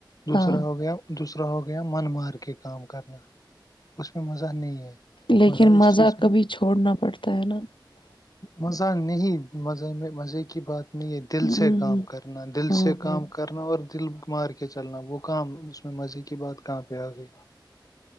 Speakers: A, on the left (about 45°); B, on the left (about 85°).
A: دوسرا
B: ہاں
A: ہو گیا دوسرا ہو گیا من مار کے کام کرنا اس میں مزہ نہیں ہے
B: لیکن
A: اس
B: مزہ
A: چیز میں
B: کبھی چھوڑنا پڑتا ہے نا
A: مزہ نہیں مزے میں مزے کی بات نہیں ہے دل سے
B: ہوں
A: کام کرنا دل
B: ہاں
A: سے
B: ہاں
A: کام کرنا اور دل مار کے چلنا وہ کام اس میں مزے کی بات کہاں پہ آ گئی